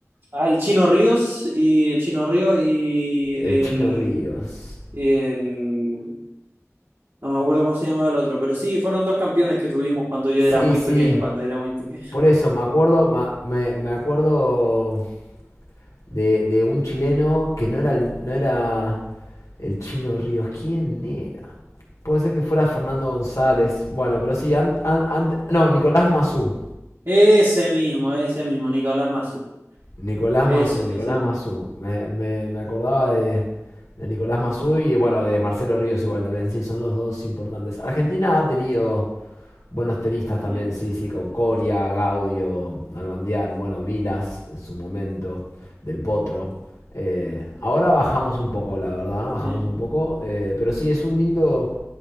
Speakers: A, on the right; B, on the left.
A: Ah, el Chino Ríos y el Chino Ríos y el,
B: El Chino Ríos.
A: el- no me acuerdo cómo se llama el otro, pero sí, fueron dos campeones que tuvimos cuando yo
B: Sí,
A: era muy
B: sí.
A: pequeño, cuando era muy pequeño.
B: Por eso, me acuerdo, ma- me, me acuerdo de, de un chileno que no era, el, no era el chino Ríos. ¿Quién era? Puede ser que fuera Fernando González. Bueno, pero sí, an- an- ante- no, Nicolás Mazú.
A: <laughs> Ese mismo, ese mismo, Nicolás Massú.
B: Nicolás
A: Ese,
B: Mazú, Nicolás
A: ese,
B: Mazú. Me, me- me acordaba de, de Nicolás Mazú y bueno, de Marcelo Ríos igual también, sí, son los dos importantes. Argentina ha tenido buenos tenistas también,
A: sí,
B: sí, sí, con Coria, Gaudio, Nalbandián, bueno, Vilas en su momento, Del Potro. Eh, ahora bajamos un poco, la verdad, bajamos
A: sí,
B: un poco, eh, pero sí, es un lindo,